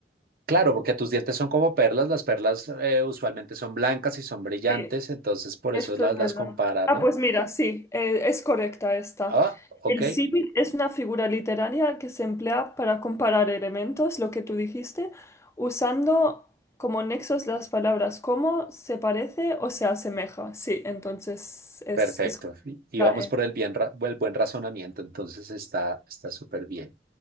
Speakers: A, on the right; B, on the left.
A: Claro, porque tus dientes son como perlas, las perlas eh, usualmente son blancas y son brillantes,
B: Sí.
A: entonces por
B: Esto
A: eso las,
B: es verdad.
A: las compara,
B: Ah,
A: ¿no?
B: pues mira, sí, eh, es correcta esta.
A: Ah, ok,
B: El símil es una figura literaria que se emplea para comparar elementos, lo que tú dijiste, usando como nexos las palabras como, se parece o se asemeja. Sí, entonces es,
A: perfecto.
B: es
A: Y, y
B: la
A: vamos
B: E.
A: por el, bien ra- el buen razonamiento, entonces está está súper bien.